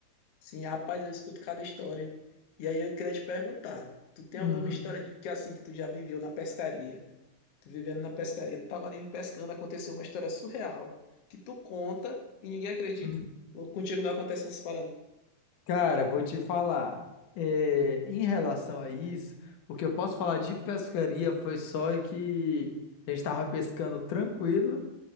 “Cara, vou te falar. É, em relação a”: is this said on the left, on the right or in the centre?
Left